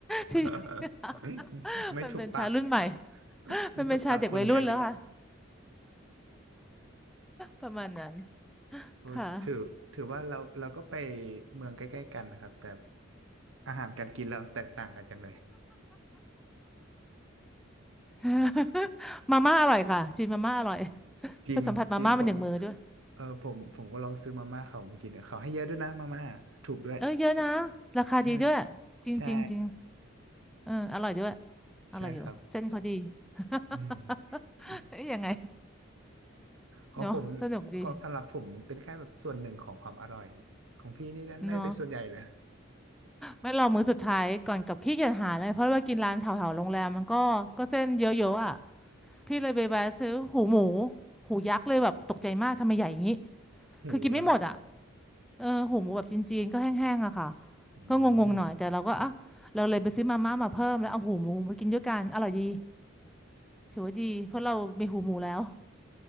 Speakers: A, in the centre; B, on the right.
A: ที่
B: <laughs>
A: <laughs>
B: ไม่ถูกปาก
A: มันเป็นชารุ่นใหม่
B: <laughs>
A: <laughs>
B: ไม่ถูกปากคนมีอายุ
A: มันเป็นชาเด็กวัยรุ่นแล้วค่ะประมาณนั้น
B: เออถือถือว่าเราเราก็ไป
A: ค่ะ
B: เมืองใกล้ๆกันนะครับแต่อาหารการกินเราแตกต่างกันจังเลย
A: <laughs> มาม่าอร่อยค่ะจีนมาม่าอร่อย
B: <laughs> จริงจริงผม
A: ไปสัมผัสมาม่ามันหนึ่งมือด้วย
B: เออผมผมก็ลองซื้อมาม่าเขามากินเนี่ยเขาให้เยอะด้วยนะมาม่าถูกด้วย
A: เออเยอะนะราคาดีด้วย
B: ใช่ไหม
A: จริงจริงจริง
B: ใช่
A: เอออร่อยด้วยอร่อยอยู่เส้นเขาดี
B: ใช่ครับ
A: <laughs>
B: อืม <laughs> อืม
A: ยังไง
B: ของผม
A: เนาะสนุกดี
B: ของสำหรับผมเป็นแค่แบบส่วนหนึ่งของความอร่อยของพี่นี่น่าน่าจะเป็นส่วนใหญ่เลย
A: เนาะไม่รอมื้อสุดท้ายก่อนกลับขี้เกียจหาเลยเพราะว่ากินร้านแถวๆโรงแรมมันก็ก็เส้นเยอะๆอ่ะพี่เลยไปแวะซื้อหูหมูหูยักษ์เลยแบบตกใจมากทำไมใหญ่อย่างนี้
B: <laughs> หูแล้วครับ
A: คือกินไม่หมดอ่ะเออหูหมูแบบจีนๆก็แห้งๆอะค่ะ
B: อื
A: ก็งงๆหน่อยแต่เราก็อ่ะเราเลยไปซื้อมาม่ามาเพิ่มแล้วเอาหูหมูมากินด้วยกันอร่อยดี
B: ม
A: ถือว่าดีเพราะเรามีหูหมูแล้ว